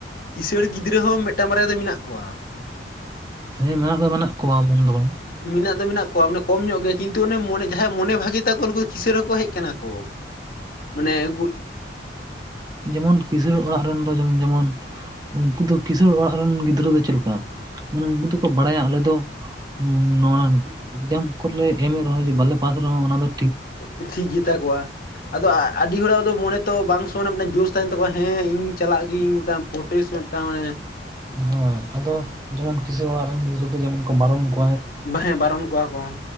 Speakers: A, on the left; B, on the right.
A: ᱠᱤᱥᱟᱹᱬ ᱜᱤᱫᱽᱨᱟᱹ ᱦᱚᱸ ᱢᱤᱫᱴᱟᱝ ᱵᱟᱨᱭᱟ ᱫᱚ ᱢᱮᱱᱟᱜ ᱠᱚᱣᱟ ᱾
B: ᱦᱮᱸ ᱢᱮᱱᱟᱜ ᱫᱚ ᱢᱮᱱᱟᱜ ᱠᱚᱣᱟ, ᱢᱚᱱ ᱫᱚ ᱵᱟᱝ ᱾
A: ᱢᱮᱱᱟᱜ ᱫᱚ ᱢᱮᱱᱟᱜ ᱠᱚᱣᱟ ᱢᱟᱱᱮ ᱠᱚᱢ ᱧᱚᱜ ᱜᱮ, ᱠᱤᱱᱛᱩ ᱚᱱᱮ ᱢᱚᱱᱮ ᱡᱟᱦᱟᱸᱭᱟᱜ ᱢᱚᱱᱮ ᱵᱷᱟᱜᱤ ᱛᱟᱠᱚ ᱩᱱᱠᱩ ᱠᱤᱥᱟᱹᱬ ᱨᱮᱦᱚᱸᱠᱚ ᱦᱮᱡ ᱠᱟᱱᱟ ᱠᱚ ᱾ ᱢᱟᱱᱮ ᱩᱱᱠᱼᱼ
B: ᱡᱮᱢᱚᱱ ᱠᱤᱥᱟᱹᱬ ᱚᱲᱟᱜ ᱨᱮᱱ ᱫᱚ ᱢᱮᱢ ᱡᱮᱢᱚᱱᱼᱼ ᱩᱱᱠᱩ ᱫᱚ ᱠᱤᱥᱟᱹᱬ ᱚᱲᱟᱜ ᱨᱮᱱ ᱜᱤᱫᱽᱨᱟᱹ ᱫᱚ ᱪᱮᱫ ᱞᱮᱠᱟ? ᱩᱱᱠᱩ ᱫᱚᱠᱚ ᱵᱟᱲᱟᱭᱟ ᱟᱞᱮ ᱫᱚᱼᱼ ᱱᱚᱣᱟ ᱮᱠᱡᱟᱢ ᱠᱚᱨᱮᱞᱮ ᱮᱢ ᱨᱮᱦᱚᱸ ᱵᱟᱞᱮ ᱯᱟᱥ ᱨᱮᱦᱚᱸ ᱚᱱᱟ ᱫᱚᱼᱼ
A: ᱮᱜ ᱴᱷᱤᱠ ᱜᱮᱛᱟ ᱠᱚᱣᱟ, ᱟᱫᱚ ᱟᱹᱰᱤ ᱦᱚᱲᱟᱜ ᱫᱚ ᱢᱚᱱᱮ ᱛᱚ ᱵᱟᱝ ᱥᱚᱼᱼ ᱚᱱᱟ ᱢᱤᱫᱴᱟᱝ ᱡᱩᱥ ᱛᱟᱦᱮᱱ ᱛᱟᱠᱚᱣᱟ, ᱦᱮᱸ ᱤᱧ ᱪᱟᱞᱟᱜ ᱜᱮ ᱤᱧ ᱢᱤᱫᱴᱟᱝ ᱯᱳᱨᱴᱮᱥ ᱢᱤᱫᱴᱟᱝ ᱾
B: ᱦᱳᱭ, ᱟᱫᱚ ᱡᱮᱢᱚᱱ ᱠᱤᱥᱟᱹᱬ ᱚᱲᱟᱜ ᱨᱮᱱ ᱜᱤᱫᱽᱨᱟᱹ ᱫᱚ ᱡᱮᱢᱚᱱ ᱠᱚ ᱵᱟᱨᱚᱢ ᱠᱚ ᱾
A: ᱵᱟ ᱦᱮᱸ, ᱵᱟᱨᱚᱱ ᱠᱚᱣᱟ ᱠᱚ